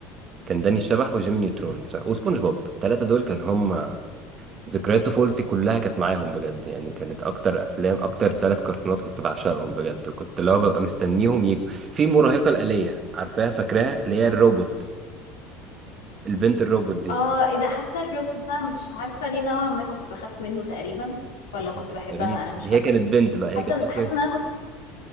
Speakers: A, on the right; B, on the left.
A: كان داني الشبح وجيمي نيوترون بصراحة وسبونج بوب الثلاثة دول كان هم ذكريات طفولتي كلها كانت معاهم بجد يعني كانت أكتر أفلام أكتر ثلاث كرتونات كنت بعشقهم بجد وكنت اللي هو ببقى مستنيهم يجوا في مراهقة الآلية عارفاها فاكراها اللي هي الروبوت البنت الروبوت دي
B: اه ايه ده حاسه الروبوت ده مش عارفه ليه نوعا ما كنت بخاف منه تقريبا ولا
A: <laughs>
B: كنت
A: مكنتش
B: بحبها انا مش
A: هي
B: فاكره
A: كانت بنت بقى هي
B: حاسه
A: كانت أصلا
B: إن- حاسه ان انا كنت